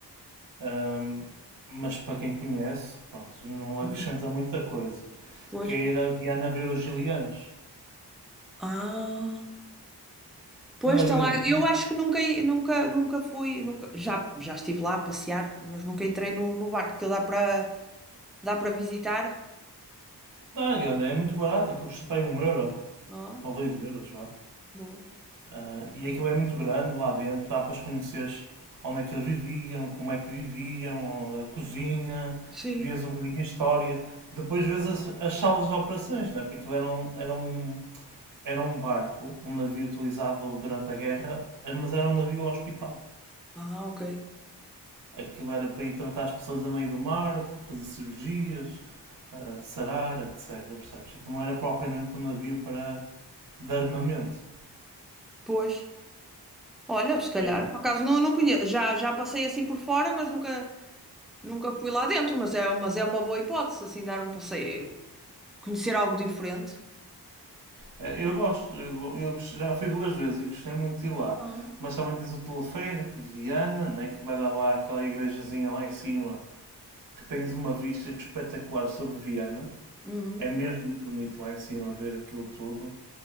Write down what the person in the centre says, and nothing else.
Uhum.
Pois.
Ah, pois
está lá.
Eu acho que nunca, nunca, nunca fui, nunca, já, já estive lá a passear, mas nunca entrei no, no barco, que dá para dá para visitar,
não? é?
Boa.
Sim.
Ah, ok.
Pois. Olha, se calhar,
por acaso não, não conheço. Já, já passei assim por fora, mas nunca, nunca fui lá dentro. Mas é, mas é uma boa hipótese, assim, dar um passeio, conhecer algo diferente.
Ah.
Uhum.